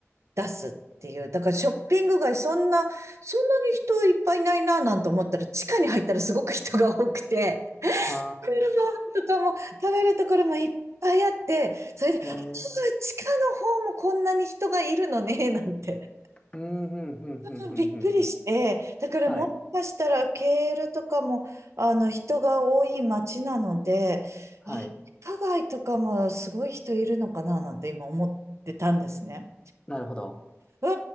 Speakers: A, on the right; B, on the left.
A: 出すっていう。だからショッピング街、そんな、そんなに人いっぱいいないな、なんて思ったら、地下に入ったらすごく人が多くて。
B: は
A: クルボンとかも食べるところもいっぱいあって、それで、
B: あ、
A: あ
B: へえ。
A: 地下の方もこんなに人がいるのね、なんて。
B: うん、ふん、ふん、ふん、
A: うんびっくりして、
B: ふん、ふん、ふん。
A: だからもしかしたらケールとかもあの人が多い町なので、
B: はい、はい。
A: あ、地下街とかもすごい人いるのかななんて今思ってたんですね。
B: なるほど。
A: うん